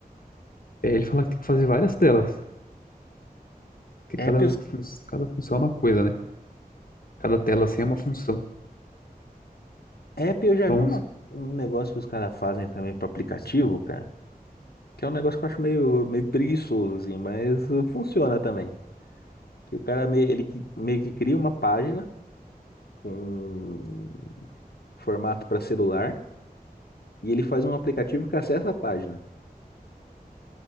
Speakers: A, on the left (about 65°); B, on the left (about 85°).
A: É, ele fala que tem que fazer várias telas, que
B: App,
A: cada,
B: os-
A: fun- cada função é uma coisa, né? Cada tela, assim, é uma função.
B: app eu já
A: Então,
B: vi uma, um negócio que os caras fazem também para aplicativo, cara, que é um negócio que eu acho meio, meio preguiçoso, assim, mas uh, funciona também. Que o cara meio, ele que- meio que cria uma página com formato para celular e ele faz um aplicativo que acessa a página.